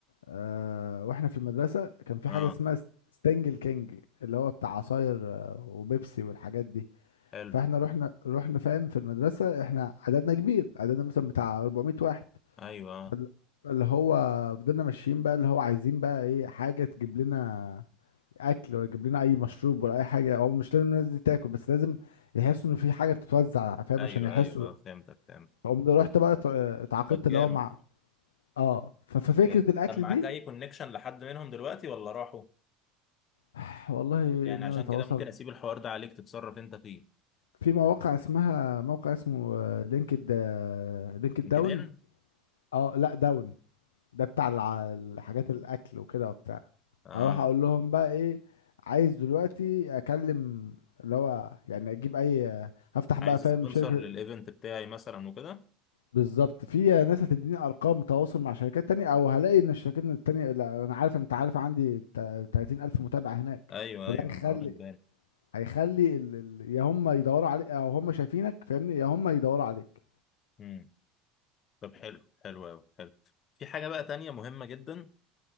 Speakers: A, on the left; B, on the left.
A: آه، واحنا في المدرسه كان في
B: اه
A: حاجه اسمها ستانجل كينج اللي هو بتاع عصاير آه، وبيبسي والحاجات دي
B: حلو
A: فاحنا رحنا رحنا فاهم في المدرسة احنا عددنا كبير عددنا مثلا بتاع 400 واحد
B: ايوه آه.
A: فال- فاللي هو فضلنا ماشيين بقى اللي هو عايزين بقى ايه حاجة تجيب لنا اكل ولا تجيب لنا اي مشروب ولا اي حاجة هو مش لازم الناس دي تاكل بس لازم يحسوا انه في حاجة بتتوزع فاهم
B: ايوه
A: عشان يحسوا
B: ايوه اه فهمتك فهمت
A: فقمت رحت بقى ات- اتعاقدت
B: طب جامد
A: اللي هو مع اه ف- ففكرة
B: جامد
A: الاكل
B: طب معاك
A: دي
B: اي كونكشن لحد منهم دلوقتي ولا راحوا
A: <sighs> والله
B: يعني
A: ان
B: عشان
A: انا اتواصل
B: كده ممكن اسيب الحوار ده عليك تتصرف انت فيه
A: في مواقع اسمها موقع اسمه آه، لينكد آه، لينكد
B: لينكدين
A: داون اه لا داون ده بتاع الع- الحاجات الاكل وكده وبتاع
B: اه
A: اروح اقول لهم بقى ايه عايز دلوقتي اكلم اللي هو يعني اجيب اي هفتح بقى
B: عايز
A: فاهم
B: سبونسر
A: شركة
B: للايفنت بتاعي مثلا وكده
A: بالظبط في ناس هتديني ارقام تواصل مع شركات تانية او هلاقي ان الشركات التانية لا انا عارف انت عارف عندي تلاتين الف متابع هناك
B: ايوه
A: فده
B: ايوه
A: هيخلي
B: انا واخد
A: هيخلي ال... ال... يا هم يدوروا عليك او هم شايفينك فاهمني يا هم يدوروا عليك
B: بالي طب حلو حلو قوي حلو في حاجة بقى تانية مهمة جدا